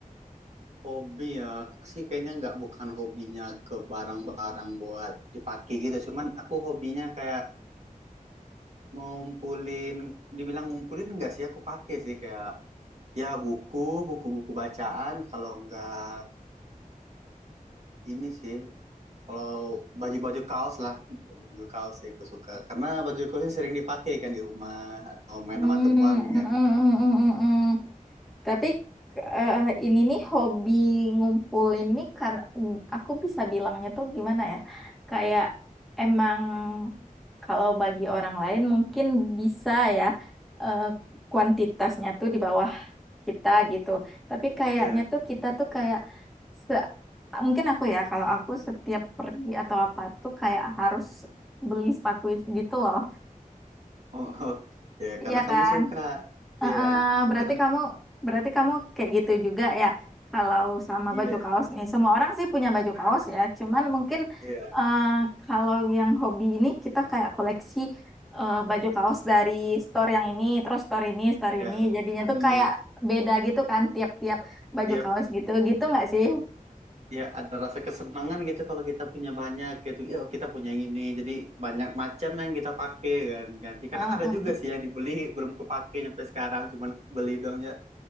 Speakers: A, on the right; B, in the centre.
A: Hobi ya, aku sih kayaknya nggak bukan hobinya ke barang-barang buat dipakai gitu. Cuman aku hobinya kayak ngumpulin, dibilang ngumpulin nggak sih aku pakai sih kayak ya buku, buku-buku bacaan. Kalau nggak ini sih, kalau baju-baju kaos lah, baju-baju kaos sih aku suka. Karena baju kaos ini sering dipakai kan di rumah atau main
B: Hmm,
A: sama teman
B: mm, mm,
A: kan.
B: mm, mm, mm, mm. Tapi eh, ini nih hobi ngumpulin nih karena aku bisa bilangnya tuh gimana ya? Kayak emang kalau bagi orang lain mungkin bisa ya eh, kuantitasnya tuh di bawah kita gitu. Tapi kayaknya
A: Iya,
B: tuh kita tuh kayak se mungkin aku ya kalau aku setiap pergi atau apa tuh kayak harus beli sepatu itu gitu loh.
A: Oh, oh. Ya,
B: Iya
A: karena kamu
B: kan?
A: suka.
B: Heeh,
A: Iya,
B: berarti
A: karena
B: kamu berarti kamu kayak gitu juga ya kalau sama
A: iya,
B: baju kaos nih. Semua orang sih punya baju kaos ya. Cuman mungkin
A: iya,
B: eh, kalau yang hobi ini kita kayak koleksi eh, baju kaos dari store yang ini, terus store ini, store
A: iya.
B: ini. Jadinya
A: Hmm.
B: tuh kayak beda gitu kan tiap-tiap baju
A: Iya
B: kaos gitu. Gitu nggak sih?
A: ya ada rasa kesenangan gitu kalau kita punya banyak gitu ya kita punya ini jadi banyak macam yang kita pakai kan ganti kadang
B: Heeh,
A: ada juga sih yang dibeli belum kepake sampai sekarang cuman beli doang ya